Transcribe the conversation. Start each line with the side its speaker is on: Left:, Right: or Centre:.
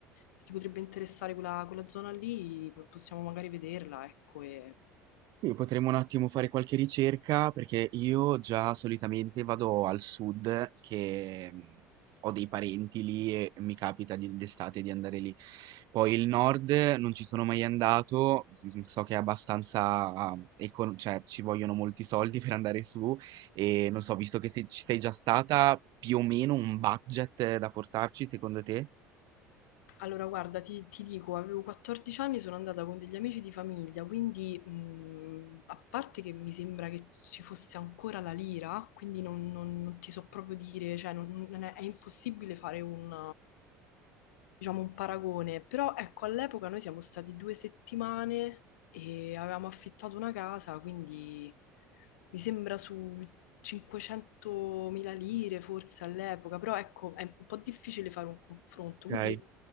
Left: se ti potrebbe interessare quella, quella zona lì, po- possiamo magari vederla, ecco, e
Right: Sì, potremmo un attimo fare qualche ricerca perché io già solitamente vado al sud che mh, ho dei parenti lì e mi capita di- d'estate di andare lì. Poi il nord non ci sono mai andato, mm, so che è abbastanza, ah, econ- cioè ci vogliono molti soldi <laughs> per andare su e non so, visto che se ci sei già stata, più o meno un budget eh, da portarci secondo te?
Left: Allora, guarda, ti, ti dico, avevo 14 anni, sono andata con degli amici di famiglia, quindi mh, a parte che mi sembra che ci fosse ancora la lira, quindi non, non- non ti so proprio dire, cioè non- non è, è impossibile fare un, diciamo, un paragone, però ecco, all'epoca noi siamo stati due settimane e avevamo affittato una casa, quindi mi sembra su 500.000 lire forse all'epoca, però ecco, è un po' difficile fare un confronto, quindi...
Right: Ok,